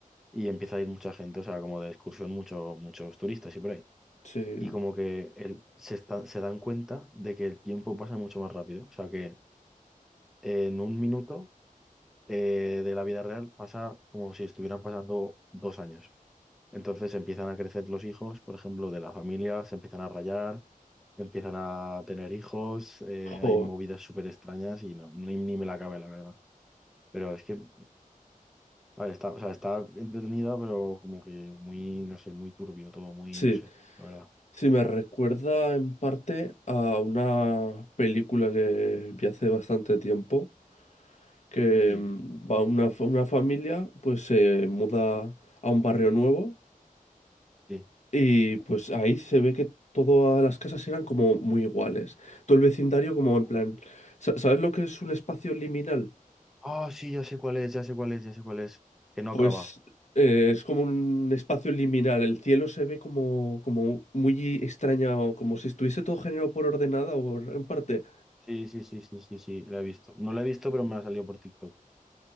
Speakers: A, in the centre; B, on the left.
A: y empieza a ir mucha gente, o sea, como de excursión mucho, muchos turistas y por ahí.
B: Sí.
A: Y como que el- se, está- se dan cuenta de que el tiempo pasa mucho más rápido, o sea que en un minuto eh, de la vida real pasa como si estuvieran pasando dos años. Entonces empiezan a crecer los hijos, por ejemplo, de la familia, se empiezan a rayar, empiezan a tener hijos, eh,
B: Jo,
A: hay movidas súper extrañas y no, ni, ni me la cabe, la verdad. Pero es que, a ver, está, o sea, está entretenida, pero como que muy, no sé, muy turbio todo, muy,
B: sí.
A: no sé, la verdad.
B: Sí, me recuerda en parte a una película que vi hace bastante tiempo. Que
A: Sí,
B: mm, va una, fa- una familia, pues se muda a un barrio nuevo.
A: sí.
B: Y pues ahí se ve que todas las casas eran como muy iguales. Todo el vecindario como en
A: Vale.
B: plan... sa- ¿Sabes lo que es un espacio liminal?
A: Ah, sí, ya sé cuál es, ya sé cuál es, ya sé cuál es. Que no
B: Pues
A: acaba.
B: eh, es como un espacio liminal. El cielo se ve como, como muy extraño como si estuviese todo generado por ordenada o en parte.
A: Sí, sí, sí, sí, sí, sí, la he visto. No la he visto, pero me ha salido por TikTok.